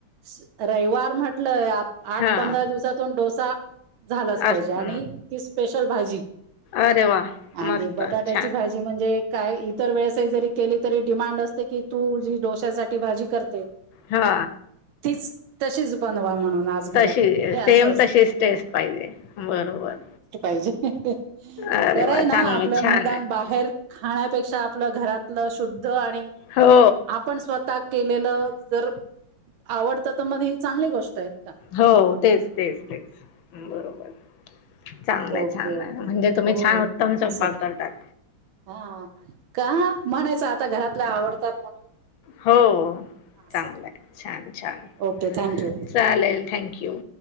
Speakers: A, on the right; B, on the left.
A: स रविवार म्हटलय आप आठ,
B: हा
A: पंधरा दिवसातून डोसा झालाच पाहिजे
B: असत
A: आणि ती स्पेशल भाजी
B: अरे वा
A: आणि
B: मस्त
A: ती बटाट्याची
B: छान
A: भाजी म्हणजे काय इतर वेळेसही जरी केली तरी डिमांड असते की तू जी डोश्यासाठी भाजी करते
B: हा
A: तीच, तशीच बनवा. म्हणून आज घरात
B: तशी
A: म्हणजे असं
B: सेम
A: असत
B: तशीच टेस्ट पाहिजे बरोबर
A: यजे <inaudible>
B: अरे
A: बरंय
B: वा
A: ना
B: चांगलं
A: आपलं
B: छान
A: निदान
B: आहे
A: बाहेर खाण्यापेक्षा आपलं घरातलं शुद्ध आणि
B: हो
A: आपण स्वतः केलेलं, जर आवडत तर, मग ही चांगली गोष्ट आहे. का
B: हो, तेच तेच तेच बरोबर चांगलंय
A: ओके
B: छान
A: ओके
B: आहे म्हणजे
A: हो
B: तुम्ही छान उत्तम स्वयंपाक
A: असं
B: करतात.
A: हा, का म्हणायचं आता घरातल्या आवडतात म्हणून?
B: हो
A: असं
B: चांगलंय छान. छान,
A: ओके थँक्यू
B: चालेल थँक यू.